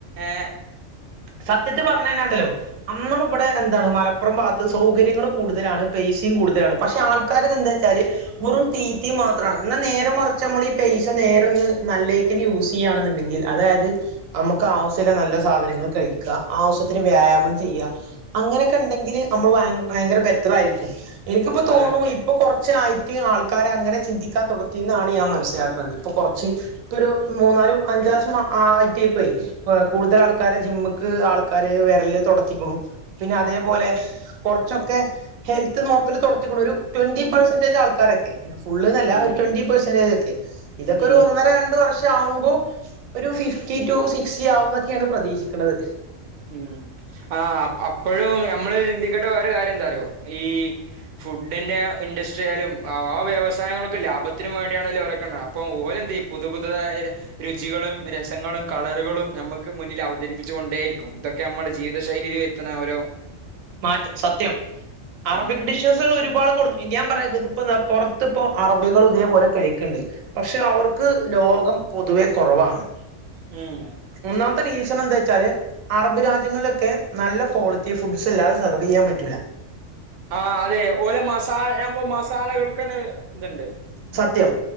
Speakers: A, on the right; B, on the right.
A: ഏ
B: സത്യത്തി പറഞ്ഞ തന്നാണ്ടല്ലോ നമ്മളിവിടെ എന്താണ് മലപ്പുറം ഭാഗത്ത് സൗകര്യങ്ങള്ൾ കൂടുതലാണ് പേയ്സിം കൂടുതലാണ് പക്ഷെ ആൾക്കാറ് എന്താ വെച്ചാല് വെറും തീറ്റ മാത്രമാണ് എന്നാ നേരെ മറച്ച നമ്മൾ ഈ പൈസ നേര ഒന്ന് നല്ലേ യൂസ് ചെയ്യന്നുണ്ട്ങ്കിൽ അതായത് നമുക്ക് ആവശ്യമുള്ള നല്ല സാധനങ്ങൾ കഴിക്ക ആവശ്യത്തിന് വ്യായാമം ചെയ്യ അങ്ങനെയൊക്കെ ഉണ്ടെങ്കിൽ നമ്മള് ഭയങ്കര ബെറ്റർ ആയിരിക്കും എനിക്കിപ്പോ തോന്നണു
A: അതെ
B: ഇപ്പൊ കുറച്ചായിട്ട് ആൾക്കാരെ അങ്ങനെ ചിന്തിക്കാൻ തുടത്തി എന്നാണ് ഞാൻ മനസ്സിലാക്കുന്നത് ഇപ്പൊ കുറച്ച് പേരു മൂന്നാല് അഞ്ച് ക്ലാസും ആയിട്ടയ ഇപ്പൊ കൂടുതൽ ആൾക്കാരെ ജിമ്മക്ക് ആൾക്കാര് വരല് തുടത്തിക്കണു പിന്നെ അതേപോലെ കുറച്ചൊക്കെ ഹെൽത്ത് നോക്കല് തുടത്തിക്കണ ഒരു ട്വന്റി പെർസെന്റേജ് ആൾക്കാരൊക്കെ ഫുള്ന്നല്ല
A: ഉം
B: ഒരു ട്വന്റി പെർസെന്റേജ് ഒക്കെ ഇതൊക്കെ
A: ഉം
B: ഒരു ഒന്നര രണ്ട് വർഷം ആവുമ്പോ ഒരു ഫിഫ്റ്റി ടു സിക്സ്റ്റി ആവുന്നൊക്കെയാണ് പ്രതീക്ഷിക്കുന്നത്
A: ഉം ആ് അപ്പോഴും നമ്മള് ചിന്തിക്കേണ്ട വേറെ കാര്യം എന്താ അറിയോ ഈ ഫുഡിന്റെ ഇൻഡസ്ട്രിയാലും ആ ആ വ്യവസായങ്ങൾൊക്കെ ലാഭത്തിനന് വേണ്ടിയാണ അവലക്ക ഇപ്പം ഓലെന്തെയും പുതു പുതു രുചികളും രസങ്ങളും കളറുകളും നമുക്ക് മുന്നിൽ അവതരിപ്പിച്ചു കൊണ്ടേയിരിക്കും. ഇതൊക്കെ നമ്മുടെ ജീവിത ശൈലിൽ എത്തുന്ന ഓ
B: മാറ്റ സത്യം അറബിക്
A: ഉം
B: ഡിഷസുകൾ ഒരുപാട് കൊടു പിന്നയാ പറ ഇ പുറത്തി ഇപ്പോ അറബികളും ഇതേപോലെ കഴിക്കുണ്ട് പക്ഷെ അവർക്ക് ലോകം പൊതുവെ കുറവാണ്
A: ഉം
B: ഒന്നാമത്തെ റീസൺ എന്താ വെച്ചാല് അറബ് രാജ്യങ്ങളിലൊക്കെ നല്ല ക്വാളിറ്റി ഫുഡ് സ അല്ലത സെർവ് ചെയ്യൻ പറ്റില്ല
A: ആഹ് അതെ ഓലെ മസാല ആമ്പോ മസാലകൾക്ക്ന്നെ ഇതുണ്ട്
B: സത്യം